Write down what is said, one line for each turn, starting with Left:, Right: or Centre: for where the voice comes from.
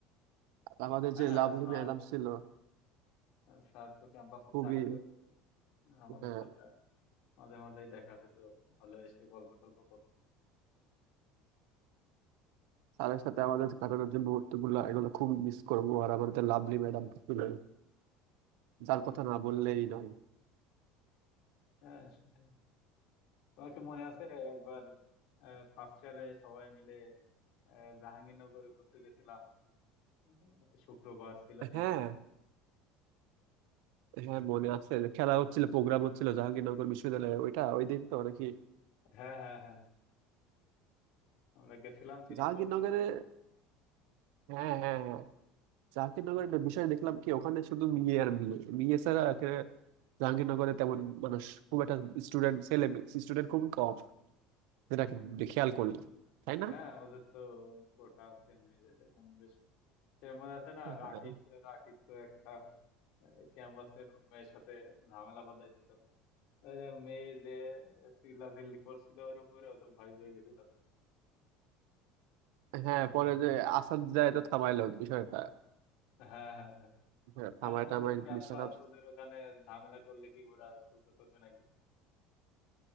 Right: আর আমাদের
Left: হ্যাঁ
Right: যে লাভলি
Left: স্যার
Right: ম্যাডাম ছিল
Left: স্যার তো ক্যাম্পাসে
Right: খুবই
Left: থাকতো আমাদের
Right: হ্যাঁ
Left: সাথে মাঝে মাঝেই দেখা হইতো হলে এসে গল্প টল্প করতো
Right: স্যারের সাথে আমাদের কাটানোর যে মুহূর্ত গুলো এগুলো খুবই মিস করবো আর আমাদের লাভলি ম্যাডাম ছিল যার
Left: হম
Right: কথা না বললেই নয়
Left: হ্যাঁ সেটাই তোমার কি মনে আছে একবার ফার্স্ট ইয়ারে সবাই মিলে আহ, জাহাঙ্গীরনগরে ঘুরতে গেছিলাম হ্যাঁ, শুক্রবার ছিল সেদিন
Right: হ্যাঁ হ্যাঁ মনে আছে যে খেলা হচ্ছিল প্রোগ্রাম হচ্ছিল জাহাঙ্গীরনগর বিশ্ববিদ্যালয়ে ওইটা ওই দিন তো নাকি
Left: হ্যাঁ হ্যাঁ হ্যাঁ আমরা গেছিলাম তিরিশ
Right: জাহাঙ্গীরনগরে
Left: পঁয়ত্রিশ জন
Right: হ্যাঁ হ্যাঁ হ্যাঁ জাহাঙ্গীরনগরের একটা বিষয় দেখলাম কি ওখানে শুধু মেয়ে আর মেয়ে মেয়ে ছাড়া এখানে জাহাঙ্গীরনগরে তেমন মানুষ খুব একটা স্টুডেন্ট ছেলে স্টুডেন্ট খুব কম যেটা কি খেয়াল করলাম তাই না
Left: হ্যাঁ ওদের তো কোটা আছে মেয়েদের এই জন্য বেশ সে মনে আছে না
Right: হ্যাঁ
Left: রাকিব রাকিব তো একটা ক্যাম্পাসের মেয়ের সাথে ঝামেলা বাঁধাইছিল ওই যে মেয়ে যে চিল্লা চিল্লি করছিল ওর উপরে ও তো ভয় পেয়ে গেছিল
Right: হ্যাঁ, পরে যে আসাদ যায় তো থামাইলো বিষয়টা
Left: হ্যাঁ হ্যাঁ হ্যাঁ
Right: হ্যাঁ, থামায়
Left: হ্যাঁ,
Right: টামায়
Left: ওদের ক্যাম্পাস
Right: বিশ্বকাপ
Left: ওদের ওখানে ঝামেলা করলে কি ওরা সহ্য করবে নাকি